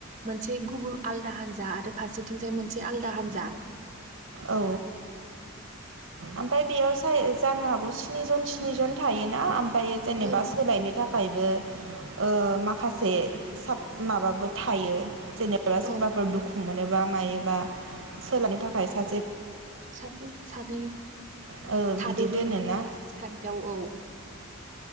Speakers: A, on the right; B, on the right.
A: मोनसे गुबुन आलदा हान्जा आरो फारसेथिंजाय मोनसे आलदा हान्जा
B: औ ओमफाय बेयाव साय जानो हागौ स्निजन - स्निजन थायोना दायो जेनेबा
A: औ
B: सोलायनो थाखायबो ओ माखासे
A: औ
B: साब माबाबो थायो जेनेबा सोरबाफोर
A: औ
B: दुखु मोनोबा मायोबा सोलोंनो थाखाय सा
A: साथनै सानैै
B: ओ
A: थादेरि
B: बिदि दोनोना
A: थाददावआव औ।